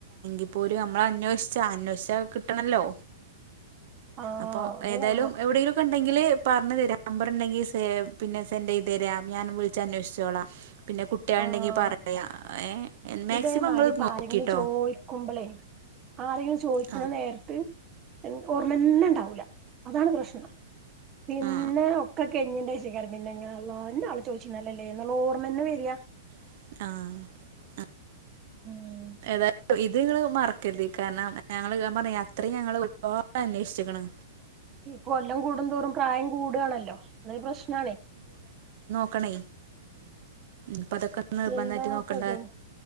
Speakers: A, on the right (about 55°); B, on the right (about 30°).
A: അപ്പോൾ ഒരു നമ്മള അന്വേഷിച്ചാണ് അന്വേഷിച്ചത് കിട്ടണല്ലോ
B: ആഹ്
A: അപ്പോൊ
B: അത്
A: ഏതായാലും
B: വേണം
A: എവിടെെങ്കിലും ഒക്കെ ഉണ്ടെങ്കിൽ പറഞ്ഞ ത നമ്പർ ഉണ്ടെങ്കിൽ സേവ് പിന്നെ സെൻറ് ചെയ്ത് തരാം ഞാൻ വിളിച്ച അന്വേഷിച്ചോളാം പിന്നെ കിണ്ടെങ്കി
B: ആഹ്
A: പറയാം ഏർ മാക്സിമം
B: ഇതേമാരി
A: നിങ്ങൾ
B: ഇപ്പ
A: നോക്കിട്ടോ
B: ആരെങ്കിലും ചോയിക്കുമ്പളേ ആരെങ്കിലും ചോദിക്കണം
A: ആ
B: നേരിട്ട് ഓർമ്മന്നുംണ്ടാവൂല അതാണ് പ്രശ്നം പിന്നെ
A: ആ
B: ഒക്കെ കെഞ്ഞിണ്ടച്ചിക്കാരം പിന്നെന്നെ അവള് ചോദിച്ചി ല്ലേ നിുള്ള ഓർമ്മന്ന വരിയാ
A: ആഹ
B: ഉം
A: തായ ഇത്ങ്ങ മറക്കരുത് കാരണം ഞങ്ങള് പറഞ്ഞ അത്രയും ഞങ്ങള്ൾ ഒരുപാട് അന്വേഷിക്കണ്
B: കൊല്ലം കൂടും തോറും പ്രായം കൂടവാണല്ലോ അതത് പ്രശ്നണേ
A: നോക്കണ ഇപ്പ അതൊക്കെ നിർബന്ധമായിട്ട്
B: എന്താപ്പത്
A: നോക്കണ്ട